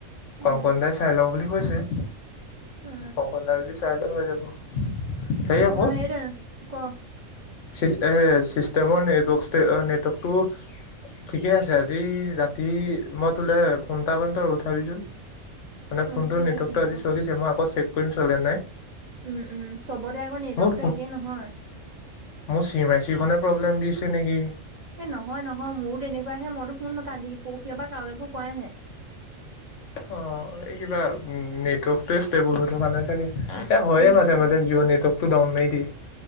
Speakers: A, on the left (about 70°); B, on the right (about 50°).
A: কংকন
B: উম
A: দাই চাই লওঁ বুলি কৈছে।
B: অ
A: কংকন দাই যদি চাই লয় হৈ যাব। হেৰি আকৌ
B: নাই হেইটুৱে, ক'।
A: এ চিষ্টেমৰ নেটৱৰ্ নেটৱৰ্কটো ঠিকে আছে। আজি ৰাতি মই তোলে ফোনটা কৰিম। তই উঠাবিচোন। মানে
B: অ
A: ফোনটোৰ
B: ঠিক
A: নেটৱৰ্কতটো
B: আছে হ'ব
A: আজি চলিছে। মই আকৌ চেক কৰিম চলে নাই।
B: উম, উম। চবতে আকৌ নেটৱৰ্কটো
A: মোৰ
B: একেই নহয়।
A: মোৰ চি এম আই চি খনে প্ৰব্লেম দিছে নেকি?
B: এ নহয়, নহয়। মোৰো তেনেকুৱাহে। মইতো ফোন কালি পৰহি পৰা কালৈকো কৰাই নাই।
A: অ এই কিবা নেটৱৰ্কটোৱে ষ্টেবল হৈ থকা নাই চাগে। এ হয়য়ে
B: উম
A: মাজে
B: উম
A: মাজে। জিঅ' নেটৱৰ্কতটো ডাউন মাৰি দিয়ে।